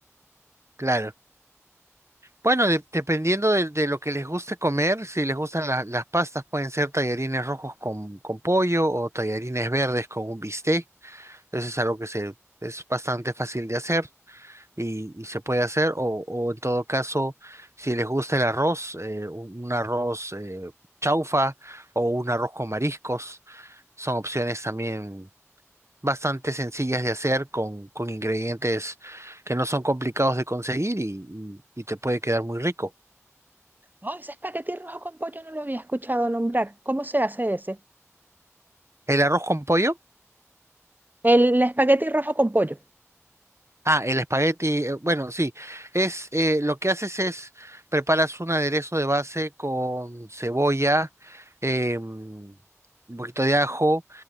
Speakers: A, on the right; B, on the right.
A: claro. Bueno, de- dependiendo de, de lo que les guste comer, si les gustan la- las pastas, pueden ser tallarines rojos con, con pollo o tallarines verdes con un bistec. Eso es algo que se, es bastante fácil de hacer. y, y se puede hacer, o, o en todo caso, si les gusta el arroz, eh, un un arroz eh, chaufa o un arroz con mariscos, son opciones también bastante sencillas de hacer con, con ingredientes que no son complicados de conseguir y, y- y te puede quedar muy rico.
B: Oh, ese espagueti rojo con pollo no lo había escuchado nombrar. ¿Cómo se hace ese?
A: ¿El arroz con pollo?
B: El, espagueti rojo con pollo.
A: Ah, el espagueti, eh, bueno, sí, es eh, lo que haces es preparas un aderezo de base con cebolla, eh, un poquito de ajo,